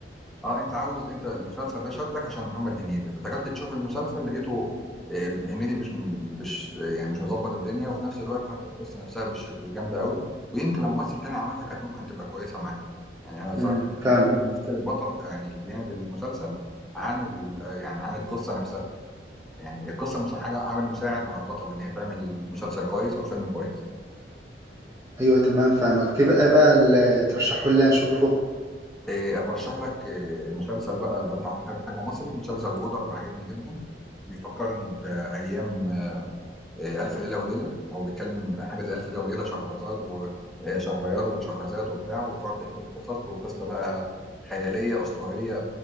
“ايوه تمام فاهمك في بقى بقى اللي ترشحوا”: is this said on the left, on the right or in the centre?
Right